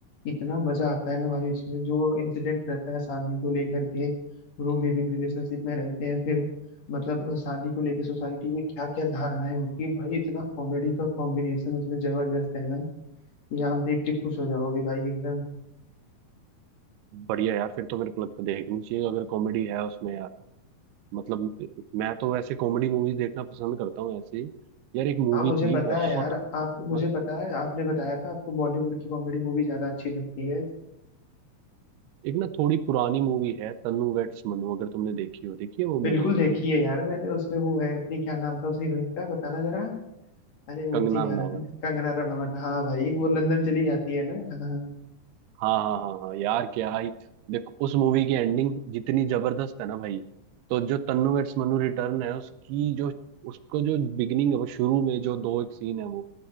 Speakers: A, on the left; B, on the right.
A: इतना मजा आता है ना भाई उसमें जो इंसिडेंट रहता है शादी को लेकर के वो लोग लिविंग रिलेशनशिप में रहते हैं फिर मतलब शादी को लेकर सोसाइटी में क्या क्या धारणाएं होती है भाई इतना कॉमेडी का कॉम्बिनेशन उसमें जबरदस्त है ना कि आप देख के खुश हो जाओगे भाई एकदम
B: बढ़िया यार फिर तो मेरे को लगता है देखनी चाहिए अगर कॉमेडी है उसमें यार मतलब मैं तो वैसे कॉमेडी मूवीज देखना पसंद करता हूँ ऐसे ही यार एक मूवी
A: हाँ मुझे
B: थी
A: पता
B: बहुत
A: है यार आप मुझे
B: मतलब
A: पता है आपने बताया था आपको बॉलीवुड की कॉमेडी मूवी ज्यादा अच्छी लगती है
B: एक ना थोड़ी पुरानी मूवी है तन्नू वेड्स मन्नू अगर तुमने देखी हो देखी है वो
A: बिल्कुल
B: मूवी
A: देखी है यार मैंने उसमें वो है अपनी क्या नाम था उस हीरोइन का बताना जरा अरे वो
B: कंगना
A: थी यार
B: रनावत
A: कंगना रनौत हाँ भाई वो लंदन चली जाती है ना हाँ हाँ।
B: हाँ हाँ हाँ हाँ यार क्या ही देखो उस मूवी की एंडिंग जितनी जबरदस्त है ना भाई तो जो तन्नू वेड्स मन्नू रिटर्न है उसकी जो उसको जो बिगिनिंग है वो शुरू में जो दो एक सीन है वो